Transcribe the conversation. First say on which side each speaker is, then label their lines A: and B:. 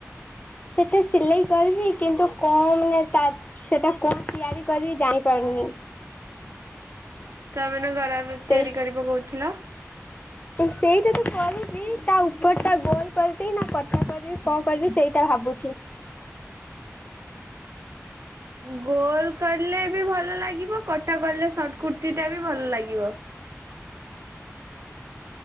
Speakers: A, on the left; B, on the right.
A: ସେତେ ସିଲେଇ କରିବି କିନ୍ତୁ କଣ ମାନେ ତ। ସେଟା କଣ ତିଆରି କରି ଜାଣିପାରୁନି।
B: ତମେନ ଘର ତିଆରି
A: ସେଇ
B: କରିବା କହୁଥିଲ।
A: ସେଇଟା ତ କରିବି ତା ଉପର ଟା ଗୋଲ। କରିବି ନା କଥା କରିବି କଣ କରିବି ସେଇଟା ଭାବୁଛି।
B: ଗୋଲ କଲେେ ବି ଭଲ ଲାଗିବ କଟା କଲେ ସର୍ଟ କୁର୍ତ୍ତି ଟା ବି ଭଲ ଲାଗିବ।